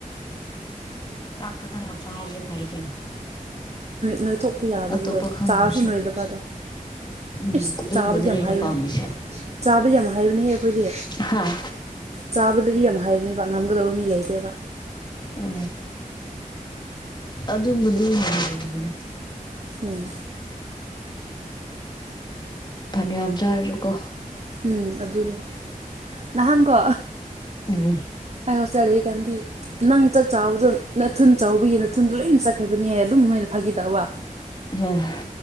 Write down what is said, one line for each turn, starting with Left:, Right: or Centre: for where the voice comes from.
Left: ꯂꯥꯛꯇꯔꯗ ꯃ ꯆ ꯍꯥꯖꯦ ꯐꯔꯒꯦꯅ
Right: ꯅꯣꯏ ꯊꯣꯛꯣꯛꯄ ꯌꯥꯗꯕꯗꯣ
Left: ꯑꯇꯣꯞꯄ ꯈꯪꯗ꯭ꯔꯁꯨ
Right: ꯆꯥꯔꯁꯨ ꯅꯣꯏꯗꯕꯗꯣ
Left: ꯎꯝ
Right: ꯏꯁꯁ
Left: ꯑꯗꯨꯒꯨꯝꯕꯗꯨꯅꯦ
Right: ꯆꯥꯕꯗꯤ ꯌꯥꯝ
Left: ꯑꯩꯅ
Right: ꯍꯥꯏꯕꯅꯦ
Left: ꯄꯥꯝꯃꯤꯁꯦ
Right: ꯆꯥꯕꯗꯤ ꯌꯥꯝ ꯍꯥꯏꯕꯅꯦꯍꯦ ꯑꯩꯈꯣꯏꯁ
Left: ꯍꯥꯥ
Right: ꯆꯥꯕꯗꯗꯤ ꯌꯥꯝ ꯍꯥꯏꯕꯅꯦꯕ ꯉꯝꯒꯗꯕ ꯃꯤ ꯂꯩꯇꯦꯕ
Left: ꯑꯣ ꯑꯗꯨꯝꯕꯗꯨꯅꯤꯅꯦ
Right: ꯎꯝ
Left: ꯐ ꯑꯖꯔꯕꯨ
Right: ꯎꯝ ꯑꯗꯨꯅꯦ ꯅꯍꯥꯟꯀꯣ
Left: ꯎꯝ
Right: ꯑꯩ ꯍꯣꯁꯇꯦꯜ ꯂꯩꯔꯤꯀꯥꯟꯗꯤ ꯅꯪ ꯆꯥꯛ ꯆꯥꯕꯗꯣ ꯅꯅꯥꯊꯨꯟ ꯆꯥꯎꯕꯒꯤꯅꯥꯨꯗꯣ ꯂꯣꯏꯅ ꯆꯠꯈ꯭ꯔꯕꯅꯦ ꯍꯥꯏ ꯑꯗꯨꯝ ꯃꯣꯏꯅ ꯐꯥꯒꯤꯗꯧꯕ
Left: ꯑ